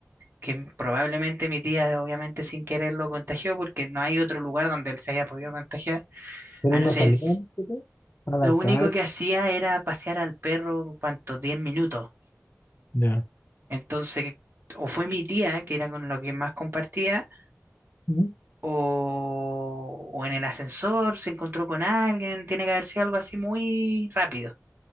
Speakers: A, on the right; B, on the left.
A: que probablemente mi tía obviamente sin querer lo contagió porque no hay otro lugar donde él se haya podido contagiar,
B: pero
A: a no
B: no
A: ser...
B: salieron ¿sí? a la
A: Lo
B: calle.
A: único que hacía era pasear al perro, ¿cuántos? diez minutos.
B: Ya,
A: Entonces, o fue mi tía, que era con lo que más compartía,
B: ¿Mm?
A: o, o en el ascensor se encontró con alguien, tiene que haber sido algo así muy rápido.